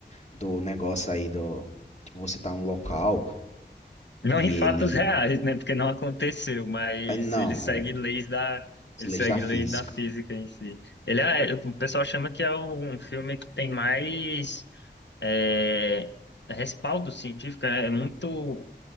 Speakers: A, on the left; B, on the left.
A: do negócio aí do. Tipo, você tá em um local
B: Não
A: e
B: em fatos
A: ele.
B: reais, né? Porque não aconteceu, mas
A: é, Não,
B: ele segue
A: é.
B: leis da,
A: As
B: ele
A: leis
B: segue
A: da física.
B: leis da física em si. Ele é, o pessoal chama que é um filme que tem mais é, respaldo científico, né? é muito